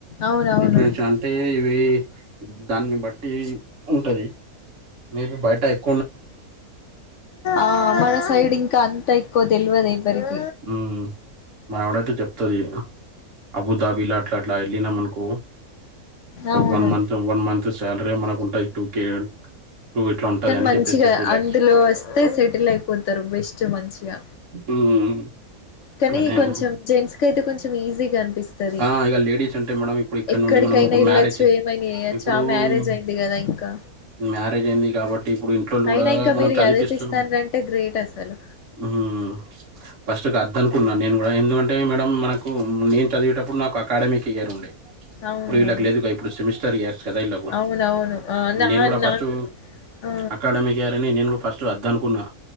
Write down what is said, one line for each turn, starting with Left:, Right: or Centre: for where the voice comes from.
Left: అవునవును
Right: ఎప్పుడు నుంచి అంటే ఇవి దాన్ని బట్టి ఉంటది మేబీ బయట అయిపో
Left: ఆ మన సైడ్ ఇంకా అంతా ఎక్కువ తెల్వదు ఎవ్వరికీ
Right: హ్మ్ మా ఆవిడయితే చెప్తుది అబుదాబి లా అట్లాట్లా వెళ్ళినమనుకో
Left: అవును
Right: వన్ మంత్ వన్ మంత్ శాలరీ మనకు ఉంటాయి టూ కే టూ ఇట్లా ఉంటది
Left: కానీ
Right: అని
Left: మంచిగా
Right: చెప్పేస్తే టూ ల్యాక్స్
Left: అందులో వస్తే సెటిల్ అయిపోతారు బెస్ట్ మంచిగా
Right: హ్మ్
Left: కానీ
Right: అదే అండి
Left: కొంచెం జెంట్స్ కి అయితే కొంచెం ఈజీ ఇస్తది
Right: ఆ ఇక లేడీస్ అంటే మేడం ఇప్పుడు ఇక్కడ
Left: ఎక్కడికైనా
Right: నుండి మనం ఒక
Left: ఎల్లొచ్చు
Right: మ్యారేజ్
Left: ఏమైనా చేయొచ్చు
Right: ఇప్పుడు
Left: ఆ మ్యారేజ్ అయింది కదా ఇంకా
Right: మ్యారేజ్ అయింది కాబట్టి ఇప్పుడు ఇంట్లోళు
Left: అయినా
Right: కూడా
Left: ఇంకా
Right: మనం
Left: మీరు
Right: చదివిపిస్తున్నాం
Left: చదిపిస్తానంటే గ్రేట్ అసలు
Right: హ్మ్ ఫస్ట్ <unintelligible> కున్నాను నేను కూడా ఎందుకంటే మేడం మనకు నేను చదివేటప్పుడు నాకు అకాడమిక్ ఇయర్ ఉండే
Left: అవునా
Right: ఇప్పుడు వీళ్ళకి లేదుగా ఇప్పుడు సెమిస్టర్ ఇయర్స్ కదా వీళ్ళకు
Left: అవునవును ఆ నా
Right: నేను కూడా ఫస్టు
Left: నాకు ఆ
Right: అకాడమిక్ ఇయరని నేను ఫస్ట్ వద్దు అనుకున్నా